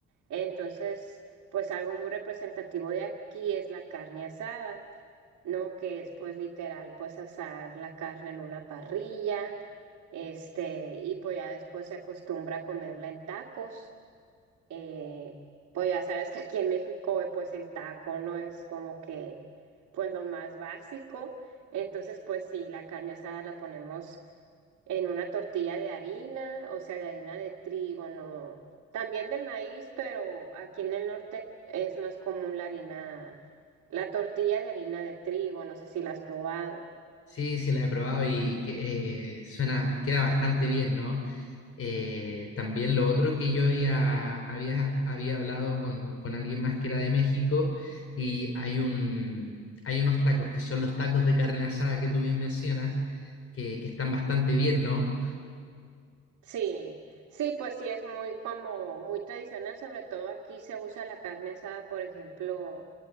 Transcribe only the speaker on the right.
entonces pues algo muy representativo de aquí es la carne asada, ¿no? Que es pues literal pues asar la carne en una parrilla, este, y pues ya después se acostumbra a comerla en tacos. Eh, pues ya sabes que aquí en México, eh, pues el taco no es como que, pues lo más básico. Entonces, pues sí, la carne asada la ponemos en una tortilla de harina, o sea, de harina de trigo, no. También de maíz, pero aquí en el norte es más común la harina, la tortilla de harina de trigo, no sé si la has probado.
Sí, sí, pues sí, es muy como muy tradicional, sobre todo aquí se usa la carne asada, por ejemplo.